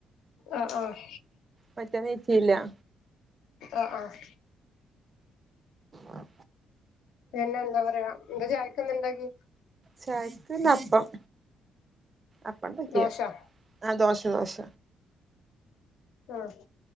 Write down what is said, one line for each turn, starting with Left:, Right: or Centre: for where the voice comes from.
Left: ആഹ് ആഹ്
Right: മറ്റോം ന്നിച്ചില്ല
Left: ആഹ് ആഹ്
Right: ആഹ്
Left: പിന്നെ എന്താ പറയാ എന്താ ചായക്ന്ന് ഇണ്ടാക്കെ
Right: ചായക്ക്ന്ന് അപ്പം അപ്പണ്ടാക്കിണ്
Left: ദോശ
Right: ആഹ് ദോശ ദോശ
Left: ആഹ്